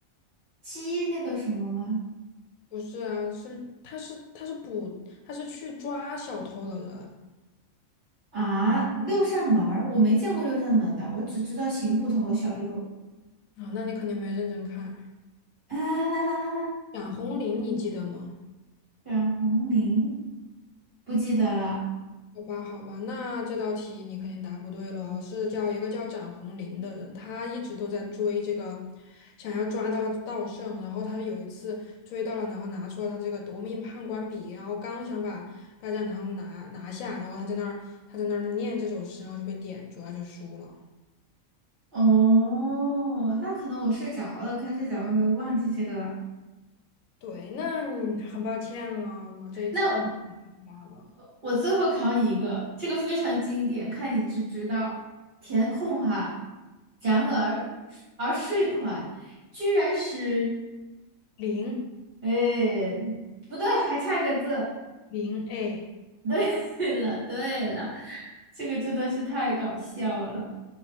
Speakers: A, on the right; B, on the left.
A: 鸡那个什么吗？
B: 不是啊，是他是他是捕他是去抓小偷了的
A: 啊，六扇门儿我没见过六扇门的，我只知道刑捕头和小六。
B: 人啊，那你肯定没认真看。
A: 啊，
B: 蒋红林，你记得吗？
A: 冉红绫不记得了。
B: 好吧，好吧，那这道题你肯定答不对喽。是叫一个叫展红林的人，他一直都在追这个，想要抓到稻圣。然后他有一次追到了，然后拿出了他这个夺命判官笔，然后刚想把拜占堂拿拿下，然后他在那儿他在那儿念这首诗，然后就被点住，他就输了。
A: 哦，那可能我睡着了，看睡着了，忘记这个了。
B: 对，那你很抱歉了，我这一次不能给你答了。
A: 那我最后考你一个，这个非常经典，看你知不知道。填空哈，然而而税款居然是。
B: 零
A: 哎，不对，还差个字。
B: 零哎。
A: 对 <laughs> 了，对了，这个真的是太搞笑了。